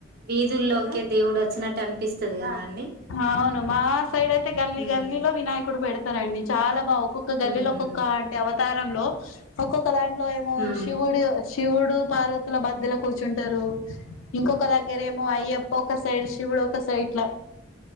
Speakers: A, on the right (about 50°); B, on the left (about 80°).
A: వీధుల్లోకే దేవుడు వచ్చినట్టు అనిపిస్తది కద
B: అవును మా సైడ్ అయితే గల్లీ
A: ఉమ్
B: గల్లీలో వినాయకుడు పెడ్ తరండి చాలా బావు ఒక్కొక్క గల్లీలో
A: ఉమ్
B: ఒక్కొక్క అంటే అవతారంలో ఒక్కొక్క దాంట్లో ఏమో
A: ఉమ్
B: శివుడు శి శివుడు పార్వతుల మద్ద్యలో కూర్చుంటారు ఇంకొక దగ్గరేమో అయ్యప్ప ఒక సైడ్ శివక్ గ సైట్ల